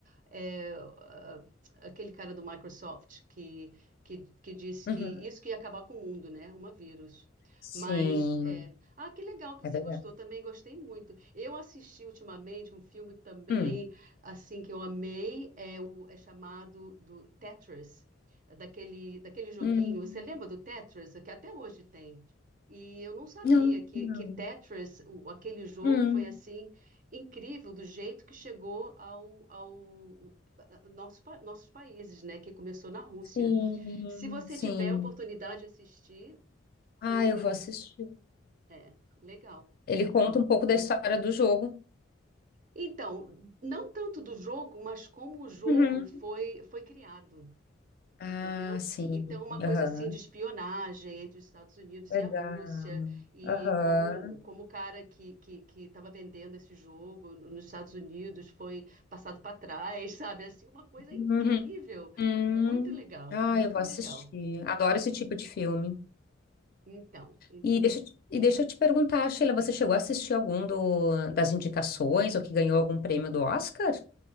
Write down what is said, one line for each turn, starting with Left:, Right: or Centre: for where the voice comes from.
Right: é, a- aquele cara do Microsoft que, que, que disse
Left: Uhum.
Right: que isso que ia acabar com o mundo, né? Uma vírus.
Left: Sim,
Right: Mas, é... Ah, que legal que você
Left: é verdade.
Right: gostou, também gostei muito. Eu assisti ultimamente um filme também,
Left: Hum.
Right: assim, que eu amei, é, o, é chamado do Tetris, daquele, daquele joguinho,
Left: Hum.
Right: você lembra do Tetris? Que até hoje tem. E eu não sabia
Left: Não,
Right: que,
Left: não.
Right: que Tetris, o- aquele jogo,
Left: Hum.
Right: foi assim incrível do jeito que chegou ao, ao a- nosso, pa- nossos países, né? Que começou na Rússia.
Left: Sim,
Right: Se você
Left: sim.
Right: tiver a oportunidade de assistir,
Left: Ah,
Right: eu,
Left: eu
Right: eu
Left: vou assistir.
Right: é legal,
Left: Ele
Right: legal.
Left: conta um pouco da história do jogo.
Right: Então, não tanto do jogo, mas como o jogo
Left: Uhum.
Right: foi, foi criado.
Left: Ah,
Right: Entendeu?
Left: sim.
Right: Então, uma
Left: Aham.
Right: coisa assim de espionagem entre os Estados Unidos
Left: Legal.
Right: e a Rússia, e
Left: Aham.
Right: como, como o cara que que que estava vendendo esse jogo no- nos Estados Unidos foi passado para trás, <laughs> sabe? Assim, uma coisa
Left: Uhum.
Right: incrível,
Left: Hum.
Right: muito legal,
Left: Ah,
Right: muito
Left: eu vou assistir.
Right: legal.
Left: Adoro esse tipo de filme.
Right: Então, então.
Left: E deixa, eu te- e deixa eu te perguntar, Sheila, você chegou a assistir algum do, das indicações ou que ganhou algum prêmio do Oscar?